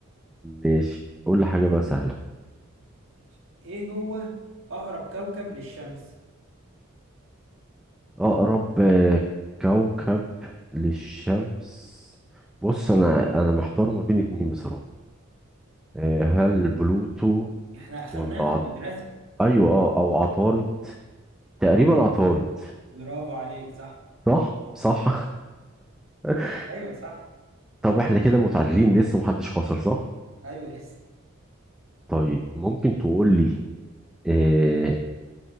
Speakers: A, in the centre; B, on the right (about 65°).
A: ماشي قول لي حاجة بقى سهلة
B: ماشي. ايه هو اقرب كوكب للشمس
A: أقرب آه كوكب للشمس بص أنا أنا محتار ما بين اتنين بصراحة آه هل بلوتو
B: احنا اخذناها
A: ولا عط...
B: في المدرسة
A: أيوه أه أو عطارد تقريبا عطارد
B: برافو عليك صح
A: صح صح <laughs>
B: ايوه صح
A: طب احنا كده متعادلين لسه محدش خسر صح؟
B: ايوه لسه
A: طيب ممكن تقول لي آه